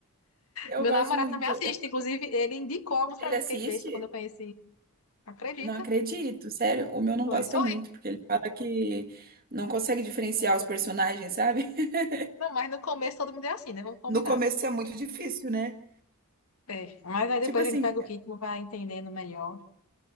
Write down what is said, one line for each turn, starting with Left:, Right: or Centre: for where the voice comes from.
Right: Eu
Left: Meu
Right: gosto
Left: namorado
Right: muito.
Left: também assiste,
Right: Eu-
Left: inclusive ele indicou alguns pra
Right: ele
Left: mim. Eu
Right: assiste?
Left: Fiquei besta quando eu conheci. Acredita?
Right: Não acredito, sério. O meu não
Left: Pois
Right: gosta
Left: foi.
Right: muito, porque ele fala que não consegue diferenciar os personagens, sabe? <laughs>
Left: Não, mas no começo todo mundo é assim, né? Vamos combinar.
Right: No começo é muito difícil, né?
Left: É. Mas aí
Right: Tipo
Left: depois
Right: assim,
Left: a gente pega o ritmo, vai entendendo melhor.